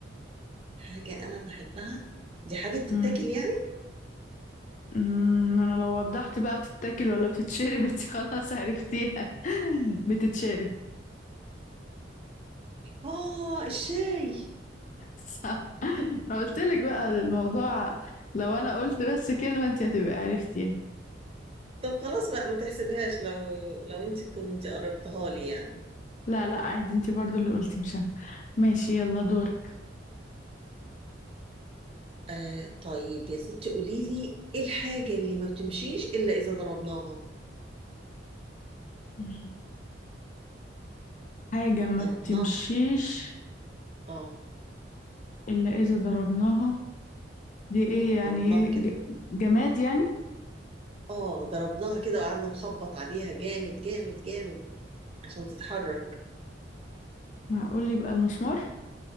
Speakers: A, on the right; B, on the left.
A: حاجة أنا بحبها دي حاجة بتتاكل
B: امم
A: يعني
B: أمم، انا لو وضحت بقى بتتاكل ولا بتتشرب <laughs> انت خلاص عرفتيها <laughs> بتتشرب
A: اه الشاي
B: صح
A: <laughs>
B: ما قلت لك بقى الموضوع لو انا قلت بس كلمه انت هتبقى عرفتي يعني
A: طب خلاص بقى ما تحسبهاش لو لو انت كنت قربتها لي يعني
B: لا لا عادي انت برضو اللي قلتي مش انا ماشي يلا دورك
A: آه طيب يا ستي قولي لي ايه الحاجة اللي ما بتمشيش إلا إذا ضربناها
B: مم. حاجه ما
A: ضربناها
B: بتمشيش
A: اه
B: الا اذا ضربناها دي ايه
A: اه
B: يعني
A: ضربناها
B: ايه
A: كده
B: ج- جماد يعني
A: اه ضربناها كده وقعدنا نخبط عليها جامد جامد جامد عشان تتحرك
B: معقول يبقى المسمار